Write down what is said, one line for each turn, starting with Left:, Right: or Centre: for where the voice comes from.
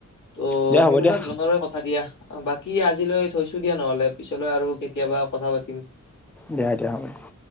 Left: ত
Centre: দিয়া হ'ব
Left: সেনেকুৱা
Centre: দিয়া
Left: ধৰণৰে কথা দিয়া বাক কি আজিলৈ থৈছো দিয়া নহ'লে পিছলৈ আৰু কেতিয়াবা কথা পাতিম
Centre: দিয়া দিয়া হব দিয়া